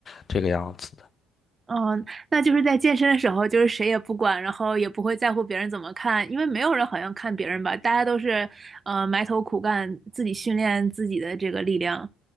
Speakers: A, on the left; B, on the right.
A: 这个样子。
B: 嗯，那就是在健身的时候，就是谁也不管，然后也不会在乎别人怎么看，因为没有人好像看别人吧，大家都是呃埋头苦干，自己训练自己的这个力量。